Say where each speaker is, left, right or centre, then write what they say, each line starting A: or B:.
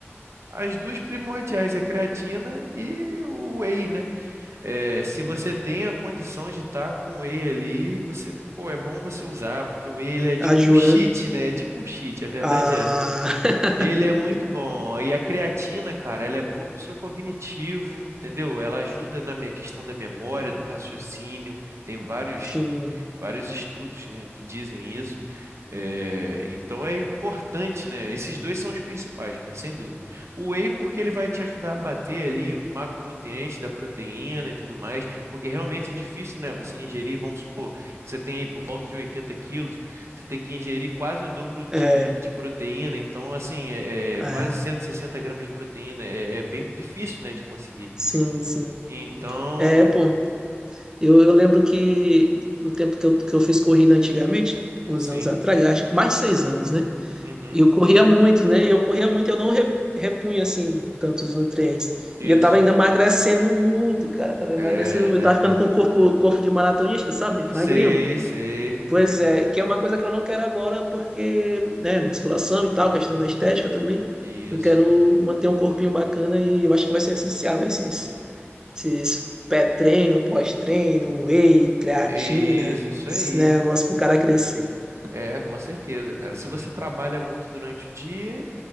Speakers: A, on the right; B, on the right.
A: As duas primordiais é creatina e o whey, né? É, se você tem a condição de estar com o whey ali, você, pô, é bom você usar, porque o whey ele é tipo
B: Ajuda,
A: um cheat,
B: né?
A: né? É tipo um cheat, a verdade
B: Ah,
A: é essa. Ele é
B: <laughs>
A: muito bom. E a creatina, cara, ela é boa pro seu cognitivo, entendeu? Ela ajuda na minha questão da memória, do raciocínio. Tem vários
B: sim,
A: vários estudos, né, que dizem isso. É, então é importante, né? Esses dois são os principais, cara, sem dúvida. O whey, porque ele vai te ajudar a bater ali os macronutrientes da proteína e tudo mais, porque realmente é difícil, né? Você ingerir, vamos supor, que você tem aí por volta de 80 quilos, você tem que ingerir quase o dobro de,
B: é,
A: de proteína, então, assim, é, é
B: é,
A: quase 160 gramas de proteína, é, é bem difícil, né, de conseguir.
B: sim, sim.
A: Então,
B: É, pô, Eu, eu lembro que no tempo que eu, que eu fiz corrida antigamente, uns
A: sim,
B: anos atrás, acho que mais de seis anos, né?
A: uhum,
B: E eu corria muito, né? E eu corria muito, eu não re- repunha assim tantos nutrientes.
A: isso,
B: E eu tava ainda emagrecendo muito, cara. Tava emagrecendo
A: é,
B: muito.
A: né?
B: Eu tava ficando com o corpo, corpo de maratonista, sabe?
A: Sei,
B: Magrinho.
A: sei.
B: Pois é, que é uma coisa que eu não quero agora, porque, né, musculação e tal, questão da estética também.
A: Isso.
B: Eu quero manter um corpinho bacana e eu acho que vai ser essencial esses esses pré-treino, pós-treino, whey, creatina,
A: É isso, isso
B: esse
A: aí.
B: negócio pro cara crescer.
A: É, com certeza, cara. Se você trabalha muito durante o dia,